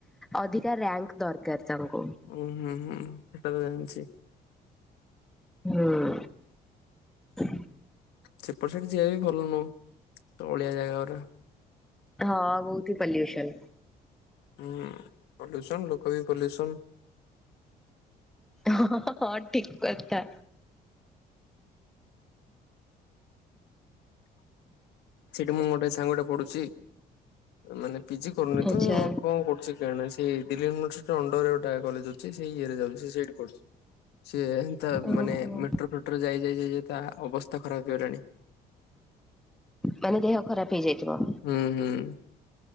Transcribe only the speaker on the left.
ଓ ହଁ ହୁଁ ସେଟା ତ ଜାଣିଛି।
ସେପଟ ସାଇଡ ଯିବା ବି ଭଲ ନୁହଁ ଅଳିଆ ଜାଗା ଗୁଡା।
ହୁଁ ପଲ୍ୟୁସନ ଲୋକ ବି ପଲ୍ୟୁସନ।
<inaudible> ସେଠି ମୁଁ ଗୋଟେ ସାଙ୍ଗଟେ ପଢୁଛି ମାନେ ପିଜି କରୁନି
ତ କଣ କରୁଛି କାଁ ସେ ଦିଲ୍ଲୀ ୟୁନିଭରସିଟି ଅଣ୍ଡର ଗୋଟା କଲେଜ ଅଛି ସେଇ ଇଏରେ ଯାଉଛି ସେଇଠି କରୁଛି। ସିଏ ସେନ୍ତା
ମାନେ ମେଟ୍ରୋ ଫେଟ୍ରୋ ଯାଇ ଯାଇ ଯାଇ ତା ଅବସ୍ଥା ଖରାପ ହେଇଗଲାଣି।
ହୁଁ। ହୁଁ